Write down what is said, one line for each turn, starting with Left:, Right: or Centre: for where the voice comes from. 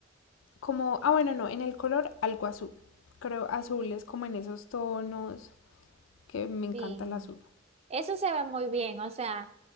Left: como, ah bueno, no, en el color algo azul. Creo azul es como en esos tonos que me encanta
Right: sí.
Left: el azul.
Right: Eso se ve muy bien, o sea,